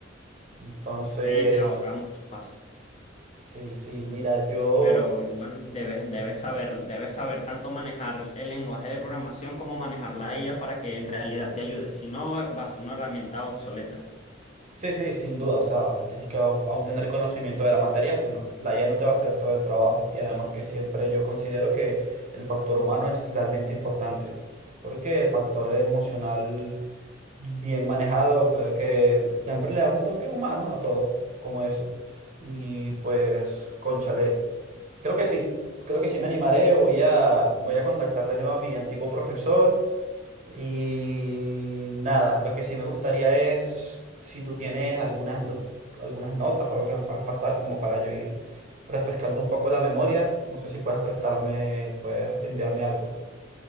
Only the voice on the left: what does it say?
Sí, te ahorra muchos pasos,
pero igual debes, debes saber, debes saber tanto manejar el lenguaje de programación como manejar la IA para que en realidad te ayude. Si no, va a ser una herramienta obsoleta.